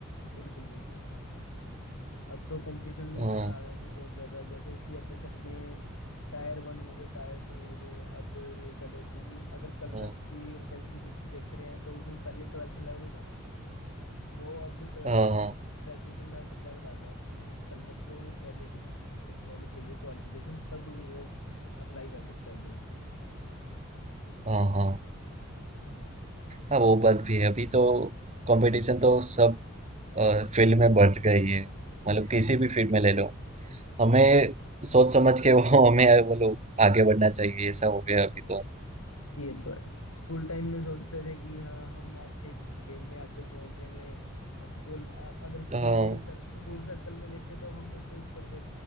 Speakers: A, on the left (about 80°); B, on the right (about 35°).
A: बिल्कुल बिल्कुल अब तो कंपटीशन भी
B: हाँ
A: इतना आ गया कि बहुत ज्यादा जैसे सीएचएसएल में टायर वन हो गए टायर टू हो गए अब ये कह लो कि अगर कलर
B: हाँ
A: की वैकेंसी देख रहे हैं तो उसमें पहले ट्वेल्थ लेवल था वो अब ट्वेल्थ
B: हाँ
A: की
B: हाँ
A: जगह ग्रेजुएशन लेवल आ गया कि कलरक को ग्रेजुएशन होनी चाहिए क्वालिफिकेशन तब वो अप्लाई कर सकता है जॉब
B: हाँ हाँ हाँ, वो बात भी है अभी तो कंपटीशन तो सब फील्ड में बढ़ गई है मतलब किसी भी फील्ड में ले लो हमें सोच समझ के <laughs> वो हमें वो लोग आगे बढ़ना चाहिए ऐसा हो गया अभी तो
A: ये तो है स्कूल टाइम में सोचते थे कि हाँ हम अच्छे गेम में आगे पहुंच जाएंगे स्कूल अ- अगर स्कूल
B: हाँ
A: के सर, स्कूल सर्कल में देखे तो हम सबसे ऊपर थे